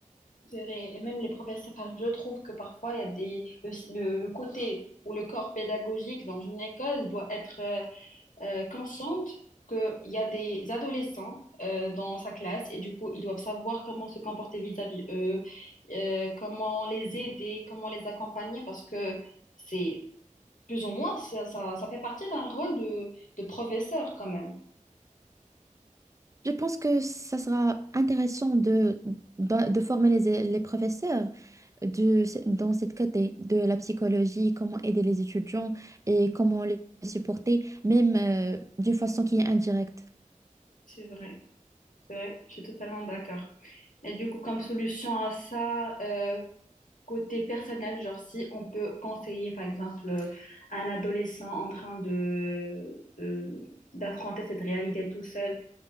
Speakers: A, on the left (about 75°); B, on the right (about 25°).
A: C'est vrai. Et même les professeurs, enfin, je trouve que parfois, il y a des, le, le- le côté ou le corps pédagogique dans une école doit être euh, euh, consciente qu'il y a des adolescents euh, dans sa classe et du coup, ils doivent savoir comment se comporter vis-à-vis eux, euh, comment les aider, comment les accompagner parce que c'est plus ou moins, ça, ça, ça fait partie d'un rôle de, de professeur quand même.
B: Je pense que ça sera intéressant de, de, de former les, les professeurs de, dans cette côté de la psychologie, comment aider les étudiants et comment les supporter, même euh, d'une façon qui est indirecte.
A: C'est vrai, c'est vrai, je suis totalement d'accord. Et du coup, comme solution à ça, côté personnel, genre si on peut conseiller par exemple euh, à un adolescent en train de, de- d'affronter cette réalité tout seul,